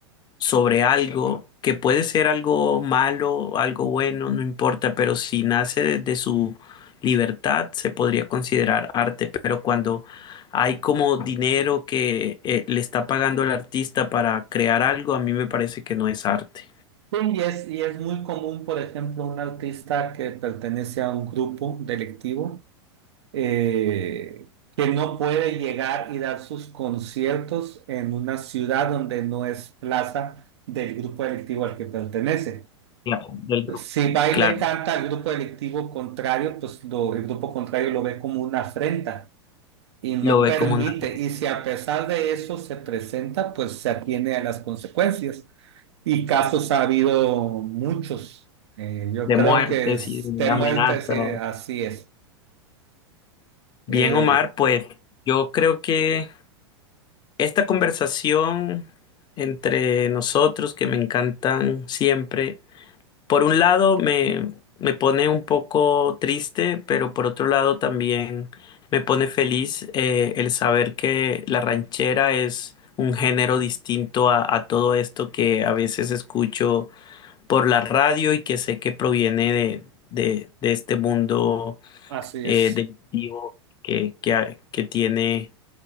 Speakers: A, on the left; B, on the right.
A: sobre algo que puede ser algo malo, algo bueno, no importa, pero si nace de, de su libertad se podría considerar arte, pero cuando hay como dinero que eh, le está pagando el artista para crear algo, a mí me parece que no es arte.
B: sí, y es, y es muy común, por ejemplo, un artista que pertenece a un grupo delictivo eh, que no puede llegar y dar sus conciertos en una ciudad donde no es plaza del grupo delictivo al que pertenece.
A: Claro, del grupo,
B: Si va y
A: claro.
B: le canta al grupo delictivo contrario, pues lo- el grupo contrario lo ve como una afrenta y no
A: Lo ve
B: permite.
A: como una
B: Y si a pesar de eso se presenta, pues se atiene a las consecuencias. Y casos ha habido muchos. Eh, yo
A: de
B: creo
A: muertes
B: que es
A: y de
B: de
A: amenazas.
B: muerte, sí, así es.
A: Bien,
B: Eh,
A: Omar, pues yo creo que esta conversación entre nosotros, que me encantan siempre, Por un lado me, me pone un poco triste, pero por otro lado también me pone feliz eh, el saber que la ranchera es un género distinto a, a todo esto que a veces escucho por la radio y que sé que proviene de, de, de este mundo
B: así
A: eh,
B: es,
A: delictivo que, que, ha- que tiene